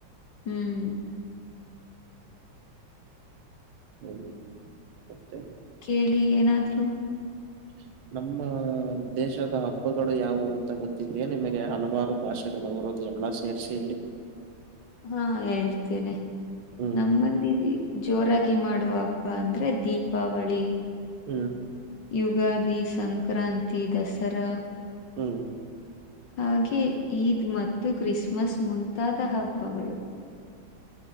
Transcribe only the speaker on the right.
ಹೇಳಿ ಮತ್ತೆ
ಹ <inaudible> ನಮ್ಮ ದೇಶದ ಹಬ್ಬಗಳು ಯಾವುವು ಅಂತ ಗೊತ್ತಿದೇ ನಿಮಗೆ ಹಲವಾರು ಭಾಷೆಗಳುವರು ಎಲ್ಲ ಸೇರಿಸಿ ಹೇಳಿ
ಹ್ಮ್
ಹ್ಮ್
ಹ್ಮ